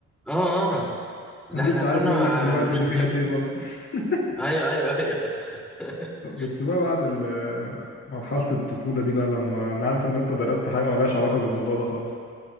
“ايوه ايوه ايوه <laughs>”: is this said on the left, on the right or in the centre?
Centre